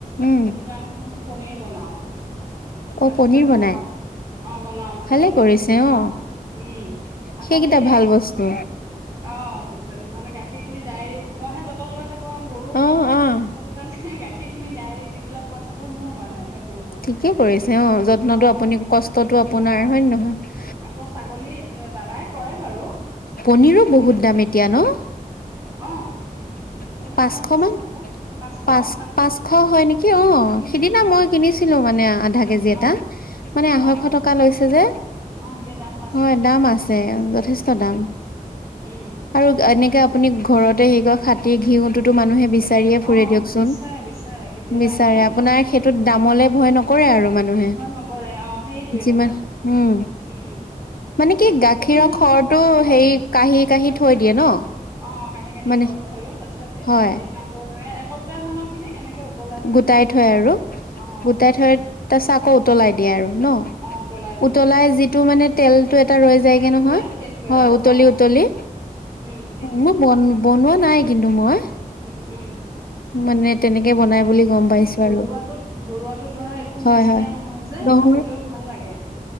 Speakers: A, on the left; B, on the right.
A: উম
B: সেইটো কাৰণে মই পনীৰ বনাও।
A: অ
B: তাৰপিছত
A: পনিৰ
B: আকৌ
A: বনাই
B: মাজে অ বনাও মাজে
A: ভালে
B: মাজে
A: কৰিছে
B: ঘিউ বনাও।
A: অ
B: উম আকৌ
A: সেইকেইটা
B: সেই
A: ভাল বস্তু
B: অ মানে গাখীৰ খিনি ডায়েৰিত মই হে যতন লৈ থাকো আও গৰু
A: অ অ
B: সেইটো কাৰণে গাখীৰ সেইখিনি ডায়েৰী দিব পেলাই পইচাটো মোৰ মানে। সেইটো
A: ঠিকে কৰিছে অ যত্নটো
B: অ
A: আপুনি কষ্টটো আপোনাৰ
B: অ
A: হয় নে নহয়
B: আকৌ ছাগলী দাদাই কৰে। বাৰু
A: পনীৰো বহুত
B: কিন্তু
A: দাম এতিয়া ন
B: অ
A: <inaudible>
B: পনীৰৰ
A: পাঁচশ
B: দাম আছে
A: মান
B: আকৌ পাঁচশ
A: পাঁচ
B: অ
A: পাঁচশ হয় নেকি অ
B: উম
A: সিদিনা
B: উম
A: মই কিনিছিলো। আনিলো মানে আধা কেজি এটা
B: অ
A: মানে আহৈশ
B: অ
A: টকা লৈছে যে।
B: অ এতিয়া দাম পাঁচশ
A: হয়
B: টকা
A: দাম
B: কেজি
A: আছে যথেষ্ট
B: উম
A: দাম।
B: উম
A: আৰু এনেকে আপুনি ঘৰতে হে কয় খাটী ঘিউটোতো মানুহে বিচ- বিচাৰিয়ে ফুৰে
B: অ
A: দিয়ক চুন
B: বিচাৰে বিচাৰে কেতিয়াবা
A: বিচাৰে
B: এনেকে
A: আপোনাৰ হেটোত দামলে ভয় ন- কৰে আৰু মানুহে
B: ভয় নকৰে অ সেইটোৱে
A: যিমান
B: কথা
A: উম
B: উম
A: মানে কি গাখীৰৰ
B: সেইটো মানে
A: খৰটো
B: মোৰ হৈ থাকে
A: হেই
B: আৰু
A: কাঢ়ি কাঢ়ি থৈ দিয়ে ন
B: অ কাঁহি কহি
A: মানে
B: খৰটো থই দিওঁ তাৰছত
A: হয়
B: এদিন আকৌ তে এসপ্তাহ মানৰ খিনি এনেকে উতলাই পেলাই
A: গোটাই থয় আৰু,
B: অ
A: গোটাই
B: তেনেকে
A: থৈ তাৰ পাছত আকৌ উতলাই দিয়ে আৰু ন?
B: অ উতলাই দিওঁ
A: উতলাই যিটো মানে তেলটো এটা ৰৈ যায়গে
B: তেলটো
A: নহয়
B: ওলাই সেইটোৱে
A: হয়,
B: আৰু
A: উতলি
B: অ
A: উতলি
B: উম সেইটোৱে।
A: মই বন বনোৱা নাই কিন্তু মই
B: উম উম
A: মানে তেনেকে বনাই বুলি গম
B: তাকে
A: পাইছো
B: ঘৰুৱাটোত
A: আৰু
B: ঘৰুৱাটোত ধৰা একো
A: হয়
B: মিক্স
A: হয়
B: দিয়া নহয় যে
A: নহৰু
B: খাবলৈও ভাল লাগে।